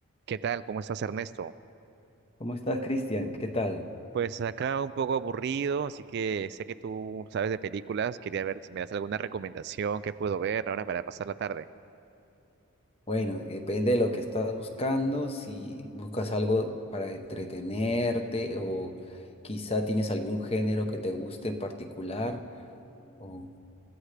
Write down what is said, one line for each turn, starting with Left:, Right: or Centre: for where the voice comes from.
Right: ¿Qué tal? ¿Cómo estás, Ernesto?
Left: ¿Cómo estás, Cristian? ¿Qué tal?
Right: Pues acá un poco aburrido, así que sé que tú sabes de películas. Quería ver si me das alguna recomendación que puedo ver ahora para pasar la tarde.
Left: Bueno, depende de lo que estás buscando, si buscas algo para entretenerte o quizá tienes algún género que te guste en particular o,